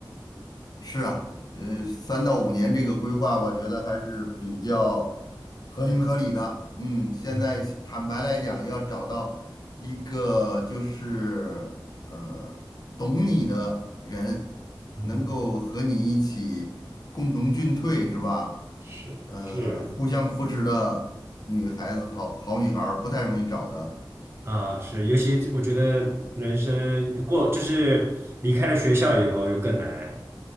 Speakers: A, on the left; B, on the right.
A: 是啊，呃，三到五年这个规划，我觉得还是比较合情合理的。嗯，现在坦白来讲，
B: 嗯
A: 要找到一个就是呃懂你的人，
B: 嗯嗯，
A: 能够和你一起共同进退，是吧？
B: 是是。
A: 呃，互相扶持的女孩子，好好女孩儿不太容易找的。
B: 啊，是，尤其我觉得人生过就是离开了学校以后又更难，